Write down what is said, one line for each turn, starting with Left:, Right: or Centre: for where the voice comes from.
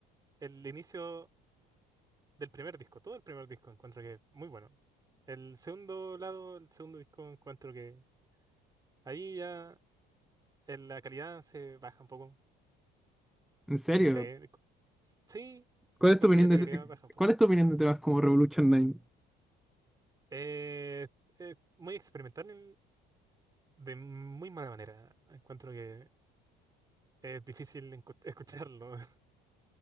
Right: el inicio del primer disco, todo el primer disco, encuentro que es muy bueno. El segundo lado, el segundo disco, encuentro que ahí ya el- la calidad se baja un poco.
Centre: En serio,
Right: No sé. cu- Sí,
Centre: ¿cuál es
Right: encuentro
Centre: tu opinión
Right: que la
Centre: de,
Right: calidad
Centre: te- eh,
Right: baja un poco.
Centre: cuál es tu opinión de temas como Revolution 9?
Right: Eh, es muy experimental en- de muy mala manera. Encuentro que Es difícil encu- escucharlo. <laughs>